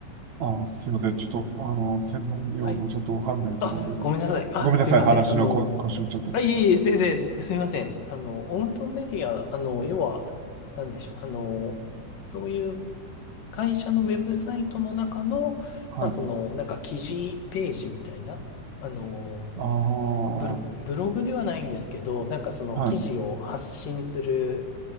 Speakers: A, on the right; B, on the left.
A: あー、すいません。ちょっと、あの、専門用語ちょっとわかんないところで、
B: はい。あ、ごめんなさい。あ、
A: ごめんなさい。
B: すみません。
A: 話のこ腰をちょっと。
B: あの、あ、いえいえ、全然、すみません。あの、オウンドメディア、あの、要は、なんでしょう。あの、そういう会社のウェブサイトの中の、
A: はい。
B: まあ、その、なんか記事ページみたいな、あの、
A: ああ、は
B: ブロ、ブログではないんですけど、なんかその記事を発信する、
A: い。